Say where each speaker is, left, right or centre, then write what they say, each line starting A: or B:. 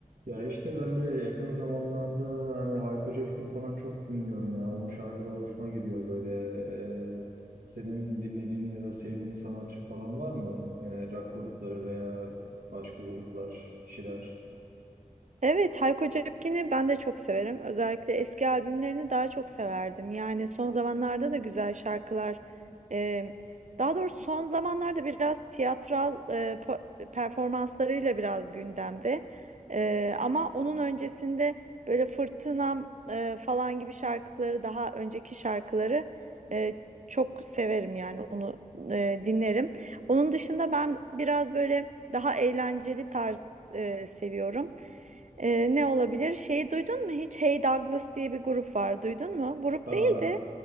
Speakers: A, on the right (about 80°); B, on the right (about 60°).
A: Ya işte ben de yakın zamanlarda hani Hayko Cepkin falan çok dinliyorum ya. Onun şarkıları hoşuma gidiyor böyle. Ee, senin dinlediğin ya da sevdiğin sanatçı falan var mı? Yani rock grupları veya başka gruplar, kişiler.
B: Evet, Hayko Cepkin'i ben de çok severim. Özellikle eski albümlerini daha çok severdim. Yani son zamanlarda da güzel şarkılar. e, daha doğrusu son zamanlarda biraz tiyatral e, po- performanslarıyla biraz gündemde. E, ama onun öncesinde böyle Fırtınam e, falan gibi şarkıları, daha önceki şarkıları e, çok severim yani onu e, dinlerim. Onun dışında ben biraz böyle daha eğlenceli tarz e, seviyorum. Ee, ne olabilir? Şeyi duydun mu hiç? Hey Douglas diye bir grup var. Duydun mu? Grup
A: Aa,
B: değil de